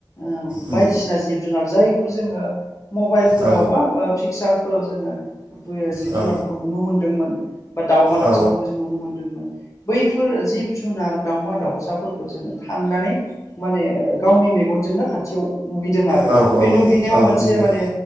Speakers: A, on the left; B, on the right.
A: ओ
B: उम
A: बायदिसिना जिब जुनार जाय खौ जोंङो मबाइलफोरावबा
B: औ
A: ओ पिकसार फोराव जोंङो बो जिब
B: औ
A: जुनारफोरखौ नुनो मोनदोंमोन बा दावमा दाउसाफोरखौ
B: औ
A: जों नुनो मोन्दोंमोन बैफोर जिब जुनार दावमा दाउसाफोरखौ जोङो थांनानै माने गावनि मेगनजोंनो खाथियाव नुहैदों आरो
B: औ औ
A: बे नुहैनायाव
B: औ
A: मोनसे
B: नंगौ
A: माने